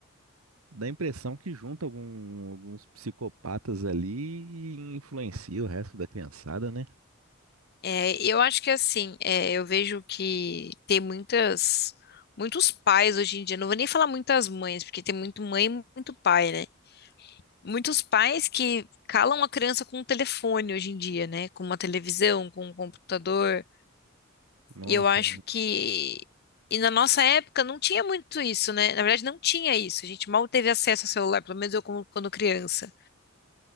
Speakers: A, on the right (about 85°); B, on the left (about 50°).
A: Dá a impressão que junta algum- alguns psicopatas ali e influencia o resto da criançada, né?
B: É, eu acho que assim, é, eu vejo que tem muitas, muitos pais hoje em dia, não vou nem falar muitas mães, porque tem muito mãe e muito pai, né? Muitos pais que calam a criança com um telefone hoje em dia, né? Com uma televisão, com um computador.
A: Nossa,
B: E eu acho que. E na nossa época não tinha muito isso, né? Na verdade, não tinha isso. A gente mal teve acesso ao celular, pelo menos eu como- quando criança.